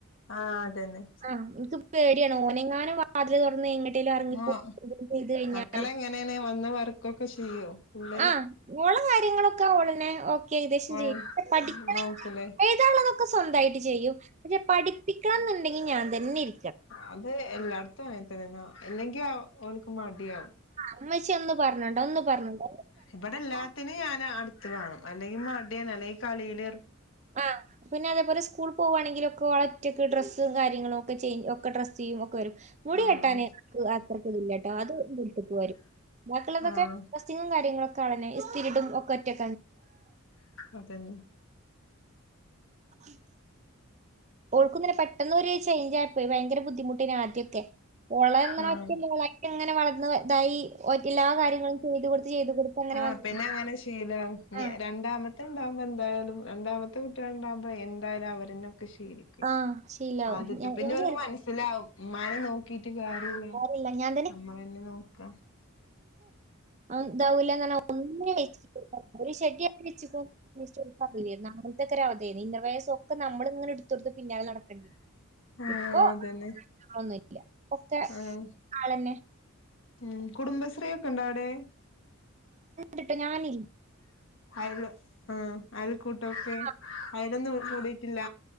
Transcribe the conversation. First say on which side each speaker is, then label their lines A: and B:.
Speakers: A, on the left; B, on the right.
A: ആഹ് അതന്നെ
B: ആ എനിക്ക് പേടിയാണ് ഓനെങ്ങാനും വാതില തുറന്ന് എങ്ങട്ടേലും ഇറങ്ങിപ്പോ
A: മോ
B: ചെയ്ത് കഴിഞ്ഞാല്
A: മക്കളെങ്ങനെയാണ് വന്ന വർക്കൊക്കെ ചെയ്യോ ഫുള്ള്
B: ആോള കാര്യങ്ങളൊക്കെ ഓളെന്നെ ഒക്കെ ഏകദേശം
A: ഓൺ
B: ചെയ്യ പഠി
A: നോക്കൂലേ
B: എഴുതാനുള്ളതൊക്കെ സ്വന്തമായിട്ട് ചെയ്യും പക്ഷെ പഠിപ്പിക്കണം എന്നുണ്ടെങ്കിൽ ഞാൻ തന്നെ ഇ
A: അത് എല്ലായിടത്തും അങ്ങനത്തന്നെന്നാ ഇല്ലെങ്കിൽ ആ ഓലിക്ക് മടിയാാവും
B: അമ്മച്ചി ഒന്ന്ും പറഞ്ഞുണ്ട് ഒന്ന്ും പറഞ്ഞുണ്ട്ോ
A: ഇവിടെ എല്ലാത്തിനും ഞാൻ അടുത്ത് കാണും അല്ലെങ്കിൽ മടിയൻ അല്ലെങ്കിൽ കളിൽ
B: ആ പിന്നെ അതേപോലെ സ്കൂൾ പോകുകവാണെങ്കിലും ഒക്കെ വള ഒറ്റക്ക് ഡ്രസ്സ കാര്യങ്ങളും ഒക്കെ്ച് ഒക്കെ ഡ്രസ്്യുയ്‌മ ഒക്കെ വരും മുടി
A: ആഹ്
B: കെട്ടാന് അത്രർക്കത് ഇല്ലട്ടോ അത് വിടുപ്പ വരും ബാക്കിയുള്ളതൊക്കെ
A: ആഹ്
B: ഡ്രെസ്സിങ്ങും കാര്ങ്ങളൊക്കെ അതന്നെ സ്ഥിരിടും ഒക്കെ ഒറ്റൊക്കെ
A: അതന്നെ
B: <inaudible> ഓൾക്കുതന്നെ പെട്ടെന്നൊരു ചേഞ്ച് ആപ്പോയി ഭയങ്കര ബുദ്ധിമുട്ട് പിനെ ആദ്യക്കെ ഓളെന്ന
A: ആഹ്
B: വറ്റല്ലളക്കെ ഇങ്ങനെ വളർന്ന് ഇതായി ഓറ്റ എല്ലാ കാര്യങ്ങളും ചെയ്ത് കൊടുത്ത് ചെയ്ത് കൊടുത്ത് അങ്ങനെ
A: ആഹ്
B: വന്ന
A: പിന്നെ അങ്ങനെ ശീലാവും
B: ആ
A: രണ്ടാമത്തെ ഉണ്ടാവുമ്പോ എന്തായാലും രണ്ടാമത്തെ കുട്ടികളണ്ടാകുമ്പൊ എന്തായാലും അവരുന്ന ശരി
B: ആഹ് ശീലാവും
A: ആത്തെ
B: ഞാൻ-
A: പിന്നെക്ക്
B: എനിക്ക്
A: മനസ്സിലാവുംമാനെ നോക്കിട്ട മ കയല്ല
B: സാരമില്ല ഞാൻ
A: നമ്മളെന്നെ നോക്കന്
B: ന്താവൂല്ല്യനറഞ്ഞ ഒന്നി വെച്ച് ഒരു ഷെഡ്‌ഡി വെച്ച റ ല ന് അങ്ങത്തൊ ക്കെര് അവധയിരുന്നു ഇന്നർവെയർസ ഒക്കെ നമ്മള് ഇങ്ങനെ ഇടത്തോട് പിന്നാലെ നടക്കണ്ടി
A: ആഹ്
B: ഇപ്പൊ
A: അതന്നെ
B: തന്ന ക്കെ
A: ആഹ്
B: ആളന്നെ
A: ഉം കുടുംബശ്രീ ഒക്കെ ഉണ്ട അവിടെ
B: കേട്ടോ ഞാനില്ല
A: അല് ആ അൽ കൂട്ടൊക്കെ
B: ആ,
A: അയിനൊന്നും കൂടിയിട്ടില്ല